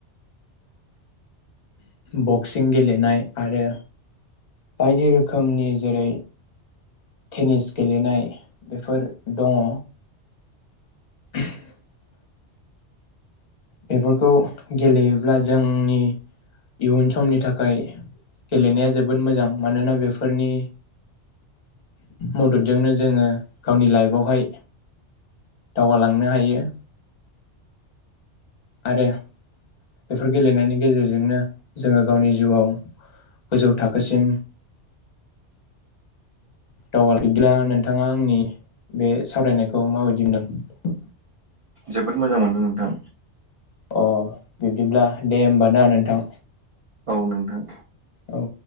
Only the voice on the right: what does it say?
जोबोद मोजां मोनदों नोंथां।
औ नोंथां